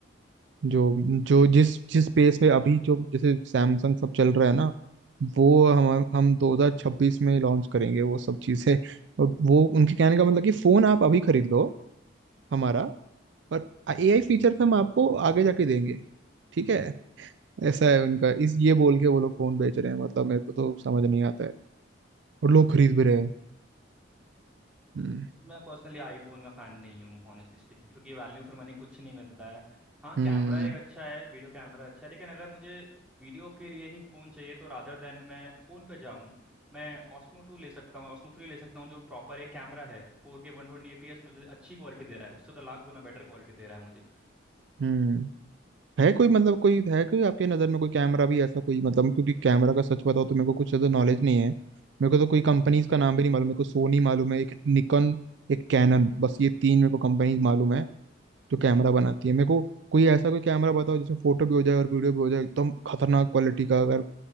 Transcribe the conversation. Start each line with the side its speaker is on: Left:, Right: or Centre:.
Right: जो जो जिस जिस पेस पे अभी
Centre: है <clears throat>
Right: जो जैसे सैमसंग सब चल रहा है ना वो हम हम 2026 में लॉन्च करेंगे वो सब चीज़ें और वो उनके कहने का मतलब कि फ़ोन आप अभी खरीद लो हमारा और एआई फीचर्स हम आपको आगे जाके देंगे ठीक है ऐसा है उनका इस ये बोल के वो लोग फोन बेच रहे हैं मतलब मेरे को तो समझ नहीं आता है और लोग खरीद भी रहे हैं हम्म
Centre: मैं पर्सनली आईफोन का फैन नहीं हूँ ऑनेस्टली स्पीकिंग क्योंकि वैल्यू फॉर मनी कुछ नहीं मिलता है हाँ
Right: हम्म
Centre: कैमरा एक अच्छा है वीडियो कैमरा अच्छा है लेकिन अगर मुझे वीडियो के लिए ही फ़ोन चाहिए तो रादर देन मैं फ़ोन पे जाऊँ मैं ऑस्मो टू ले सकता हूँ ऑस्मो थ्री ले सकता हूँ जो प्रॉपर एक कैमरा है फोर के वन ट्वेंटी एपीएस मुझे अच्छी क्वालिटी दे रहा है उससे तो लाख गुना बेटर क्वालिटी दे रहा है मुझे
Right: हम्म। है कोई मतलब कोई है कोई आपके नज़र में कोई कैमरा भी ऐसा कोई मतलब क्योंकि कैमरा का सच बताओ तो मेरे को कुछ ज़्यादा नॉलेज नहीं है मेरे को तो कोई कंपनीज
Centre: हम्म
Right: का नाम भी नहीं मालूम मेरे को सोनी मालूम है एक निकॉन एक कैनन बस ये तीन मेरे को कंपनीज मालूम है जो कैमरा बनाती है मेरे को कोई ऐसा कोई कैमरा बताओ जिसमें फोटो भी हो जाए और वीडियो भी हो जाए एकदम खतरनाक क्वालिटी का अगर